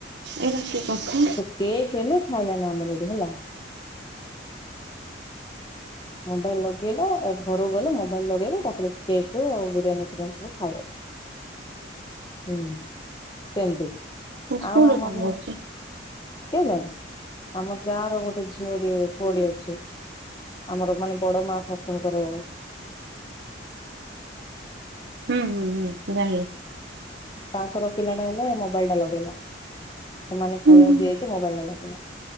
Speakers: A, on the right; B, on the left.
A: ଏଇଟା କି କଥା
B: ସେ କେଏ ହେନେ ଖାଇନା ନା ଆମନାଁ ଏଠି ହେଲା। ମୋବାଇଲ ଲଗେଇଲା ଏ ଘରକୁ ଗଲେ ମୋବାଇଲ ଲଗେଇବି ତାପରେ କେକ୍ ଆଉ ବିରିୟାନୀ ଫିରିୟାନୀ ସବୁ ଖାଇବ। ହୁଁ ସେମିତି
A: ସ୍କୁଲରେ
B: ଆଉ ଆମର
A: କଣ କରୁଛି?
B: କିଏ ଯାଏ ଆମ ଯା ର ଗୋଟେ ଝିଅ ଟିଏ ପୁଅ ଟିଏ ଅଛି। ଆମର ମାନେ ବଡ ମା ଶାଶୁଙ୍କର
A: ହୁଁ ହୁଁ ଜାଣିଲି।
B: ତାଙ୍କର ପିଲା ଟା ହେଲେ ମୋବାଇଲ ଟା ଲଗେଇଲା ସେମାନେ
A: ହୁଁ
B: ଖାଇବା
A: ହୁଁ
B: ଭେଜ ମୋବାଇଲ ଟା ଲାଗିଲା